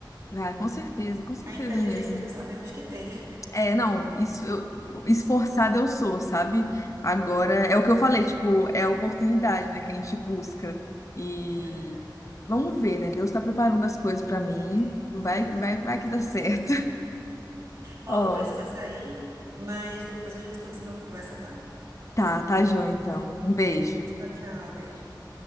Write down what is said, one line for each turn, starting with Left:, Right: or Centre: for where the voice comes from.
Left: Ah, com certeza, com certeza
Right: A inteligência
Left: mesmo.
Right: já sabemos que tem. <laughs>
Left: É, não, isso, eu, esforçada eu sou, sabe? Agora, é o que eu falei, tipo, é a oportunidade, né, que a gente busca. E
Right: É verdade.
Left: vamos ver, né? Deus tá preparando as coisas pra mim.
Right: É
Left: Vai,
Right: verdade,
Left: vai,
Right: vai
Left: vai
Right: dar
Left: que
Right: tudo
Left: dá certo.
Right: certo. Ó,
Left: <laughs> Ó.
Right: eu vou precisar sair, mas depois a gente continua a conversa, tá?
Left: Tá, tá, Jô, então. Um beijo.
Right: Tchau, tchau, beijo.